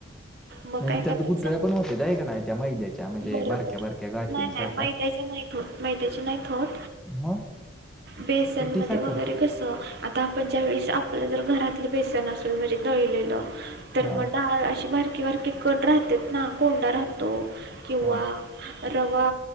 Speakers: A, on the right; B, in the centre.
A: मग
B: म्हणजे
A: काय
B: त्यात
A: करायचं
B: गुठळ्या पण होत्यात आहे का ना त्या मैद्याच्या म्हणजे
A: बरोबर
B: बारक्या बारक्या गाठीं
A: नाही
B: सारख.
A: नाही मैद्याचे नाहीत होत मैद्याचे नाहीत होत
B: मग
A: बेसन
B: पिठी
A: मध्ये
B: साखरच्या
A: वगैरे कसं. आता आपण ज्या वेळेस आपलं जर घरातलं बेसन असेल म्हणजे दळलेलं तर
B: हा
A: मग डाळ अशी बारी- की वरती कन राहतात ना कोंडा राहतो किंवा,
B: हा
A: रवा